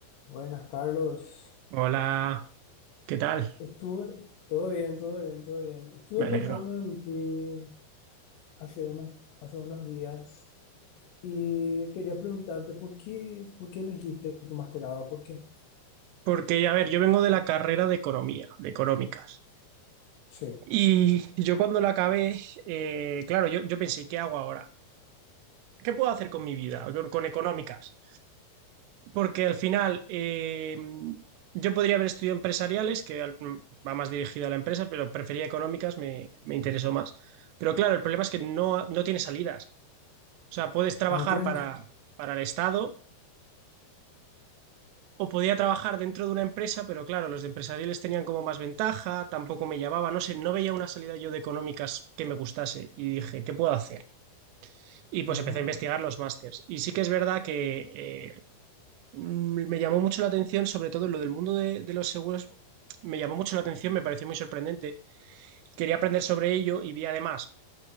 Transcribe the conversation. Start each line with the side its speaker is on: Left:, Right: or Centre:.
Left: Buenas, Carlos.
Right: Hola, ¿qué tal?
Left: Estuve, todo bien, todo bien, todo bien. Estuve
Right: Me
Left: pensando
Right: alegro.
Left: en ti hace unos, hace unos días y quería preguntarte por qué, por qué elegiste tu masterado, ¿por qué?
Right: Porque, a ver, yo vengo de la carrera de economía, de económicas.
Left: Sí.
Right: Y yo cuando la acabé, eh, claro, yo, yo pensé, ¿qué hago ahora? ¿Qué puedo hacer con mi vida, con, con económicas? Porque al final, eh, yo podría haber estudiado empresariales, que al- va más dirigido a la empresa, pero prefería económicas, me, me interesó más. Pero claro, el problema es que no, no tiene salidas. O sea, puedes trabajar
Left: Ah, ¿no tienes?
Right: para, para el Estado O podía trabajar dentro de una empresa, pero claro, los de empresariales tenían como más ventaja, tampoco me llamaba, no sé, no veía una salida yo de económicas que me gustase y dije, ¿qué puedo hacer? Y pues
Left: Ujú.
Right: empecé a investigar los másters. Y sí que es verdad que eh, mm, me llamó mucho la atención, sobre todo en lo del mundo de, de los seguros, me llamó mucho la atención, me pareció muy sorprendente. Quería aprender sobre ello y vi además